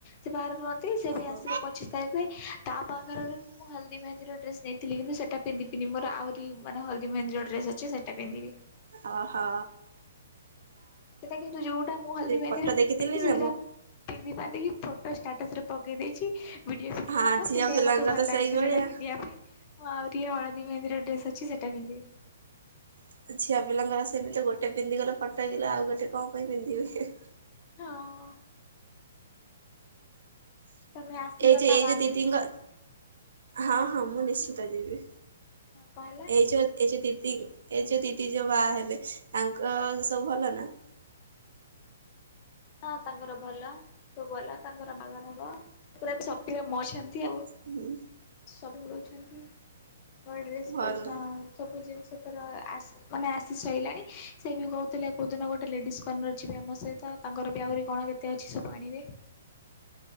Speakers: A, on the left; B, on the right.
A: ସେ ବାହାରେ ରୁହନ୍ତି। ସେ
B: ଓହୋ।
A: ବି ଆସିବ ପଚିଶ ତାରିଖରେ ତା ବାହାଘରେ ବି ମୁଁ ହଳଦୀ ମହେନ୍ଦୀର ଡ୍ରେସ ନେଇଥିଲ କିନ୍ତୁ ସେଇଟା ପିନ୍ଧିବିନି ମୋର ଆହୁରି ମାନ ହଳଦୀ ମହେନ୍ଦୀର ଡ୍ରେସ ଅଛି ସେଟା ପିନ୍ଧିବି
B: ଅହୋ।
A: ସେଟା କିନ୍ତୁ ଯୋଉଟା ମୁଁ ହଳଦୀ ମରେ
B: ଫଟୋ ଦେଖିଥିଲି
A: ପିନ୍ଧିଛି
B: ନା
A: ସେଟା
B: ମୋ
A: ପିନ୍ଧିନ୍ଧି ଫୋ ଷ୍ଟାଟସ ରେ ପକେଇ ଦେଇଛି। ଭିଡିଓ ଫିଡି
B: ହଁ
A: ହବ
B: ଝିଅ
A: ସେଥିପାଇଁ
B: ପିଲାଙ୍କର
A: ମତେ ଭଲ
B: ତ
A: ଲାଗେନି
B: ସେଇଭଳିଆ।
A: ସେଇଟା ପିନ୍ଧିବା ପାଇଁ ମୁଁ ଆହୁରି ହଳଦୀ ମେହେନ୍ଦୀର ଡ୍ରେସ୍ ଅଛି ସେଇଟା ପିନ୍ଧିବି
B: ଆଉ ଝିଅ ପିଲାଙ୍କର ସେମିତି ଗୋଟେ ପିନ୍ଧି ଗଲେ ଫଟେଇଗଲା ଆଉ ଗୋଟେ କଣ ପାଇଁ ପିନ୍ଧିବେ
A: ହଁ। ତମେ ଆସିବ
B: ଏଇ ଯୋଉ
A: ତା
B: ଏଇ
A: ବାହାଘରକୁ
B: ଯୋଉ ଦିଦିଙ୍କ
A: ହେଲା।
B: ହଁ ହଁ ମୁଁ ଦେଶି ତ ଯିବି
A: କଣ ହେଲା?
B: ଏଇ ଯୋ ଏ ଯୋ ଏ ଯୋଉ ଦିଦି ଯୋଉ ବାହା ହେବେ ତାଙ୍କ ସବୁ ଭଲ ନା।
A: ହଁ ତାଙ୍କର ଭଲ ସବୁ ଭଲ ତାଙ୍କର ବାଘର ହବ ପୁରା ଏ ସତ ରମ ଅଛନ୍ତି ଆଉ।
B: ହୁଁ।
A: ସବୁ <unintelligible> ନୂଆଁ ଡ୍ରେସ
B: ଭଲ
A: ଫ୍ରେସ ସବୁ ଜିନିଷ ମାନେ ଆସି ସଇିଲାଣି ସେ ବି କହୁଥିଲେ କେଉଁଦିନ ଗୋଟେ ଲେଡିସ୍ କର୍ଣ୍ଣର ଯିବେ ଆମ ସହିତ ତାଙ୍କର ବି ଆହୁରି କଣ କେତେ ଅଛି ସବୁ ଆଣିବେ